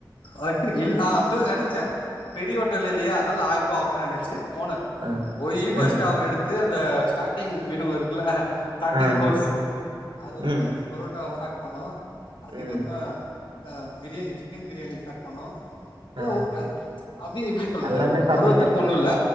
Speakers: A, on the left; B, on the right.
A: அ இல் ஆ அப்டி தா நெனச்சே பெரிய ஹோட்டல் இல்லையா அதால ஆயிர பா ஆகுனு நெனச்சு போனே
B: ஆ.
A: போயி
B: ம்.
A: ஃபர்ஸ்ட் அவ எடுத்து த ஸ்டார்ட் டிங் மெனு இருக்குல ஃஸ்டார்டிங்
B: ஆ.
A: கோர்ஸ் அதுல
B: ம்.
A: ஃபர்ஸ்டு புரோட்டாவ ஸ்டார்ட் பொண்ணும் அதிகமா
B: ம்.
A: ஆஹ் பிரியாணி சிக்கன் பிரியாணி பேக் பண்ணோம் எல்லாம்
B: ஆ.
A: ஓ அஹ் அப்டியே எப்டி சொல்றது
B: எல்லாமே சாப்பிட்டீங்க.
A: ஒரு ஒருத்தருக்கு ஒண்ணும் இல்ல